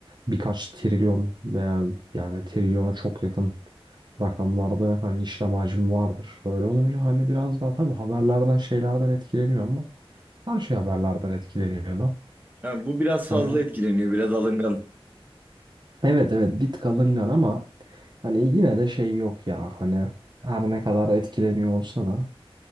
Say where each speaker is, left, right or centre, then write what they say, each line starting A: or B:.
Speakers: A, on the right; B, on the right.
A: birkaç trilyon veya yani trilyona çok yakın rakamlarda hani işlem hacmi vardır. Öyle olunca hani biraz daha tabii haberlerden şeylerden etkileniyor ama her şey haberlerden etkileniyor da.
B: Ha, bu biraz fazla
A: Hani
B: etkileniyor, biraz alıngan.
A: evet evet bir tık alıngan ama hani yine de şey yok ya hani her ne kadar etkileniyor olsa da